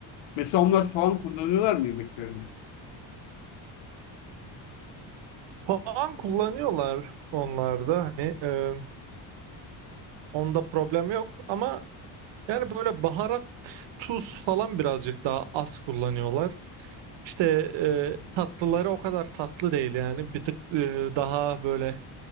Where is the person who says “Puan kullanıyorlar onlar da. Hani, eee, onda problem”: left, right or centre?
Right